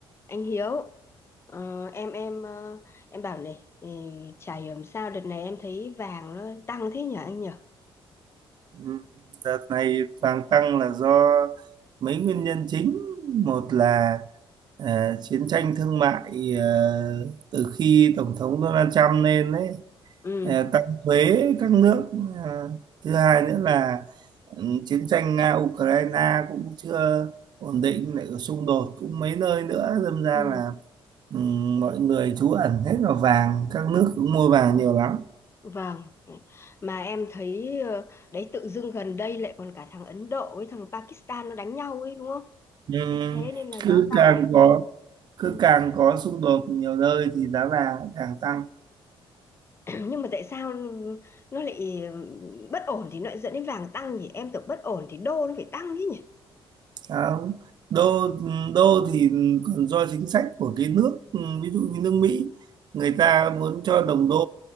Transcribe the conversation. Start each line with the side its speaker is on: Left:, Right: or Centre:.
Left: anh Hiếu ờ, em em ờ, em bảo này ừ, chả hiểu làm sao đợt này em thấy vàng nó tăng thế nhỉ anh nhỉ
Right: Ừ, Đợt này vàng tăng là do mấy nguyên nhân chính. Một là ờ, chiến tranh thương mại ờ, từ khi Tổng thống Donald Trump lên đấy
Left: ừ
Right: ờ, tăng thuế các nước. Ờ, thứ hai nữa là ừ, chiến tranh Nga-Ukraine cũng chưa ổn định, lại có xung đột cũng mấy nơi nữa. Đâm ra
Left: Ừ.
Right: là ừ, mọi người trú ẩn hết vào vàng, các nước cũng mua vàng nhiều lắm.
Left: vâng mà em thấy ờ, đấy tự dưng gần đây lại còn cả thằng Ấn Độ với thằng Pakistan nó đánh nhau ấy đúng không
Right: Ừ,
Left: chính thế nên là
Right: cứ
Left: giá vàng
Right: càng có cứ
Left: ừ.
Right: càng có xung đột nhiều nơi thì giá vàng lại càng tăng
Left: <clears throat> nhưng mà tại sao nó lại bất ổn thì nó lại dẫn đến vàng tăng nhỉ em tưởng bất ổn thì đô nó phải tăng chứ nhỉ
Right: Đó. đô đô thì còn do chính sách của cái nước ừ, ví dụ như nước Mỹ người ta muốn cho đồng đô